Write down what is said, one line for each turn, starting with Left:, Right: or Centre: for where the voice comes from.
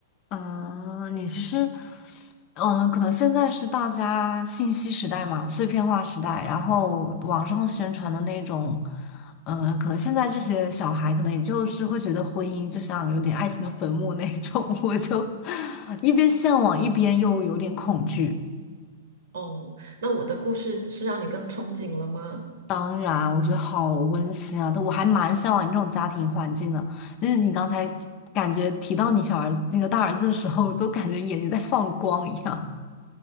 Left: 啊，你其实，嗯，可能现在是大家信息时代嘛，碎片化时代，然后网上宣传的那种，嗯，可能现在这些小孩可能也就是会觉得婚姻就像有点爱情的坟墓那种，<laughs> 我就一边向往，一边又有点恐惧。
Right: 哦，那我的故事是让你更憧憬了吗？
Left: 当然，我觉得好温馨啊，但我还蛮向往你这种家庭环境的。就是你刚才感觉提到你小儿那个大儿子的时候，都感觉眼睛在放光一样。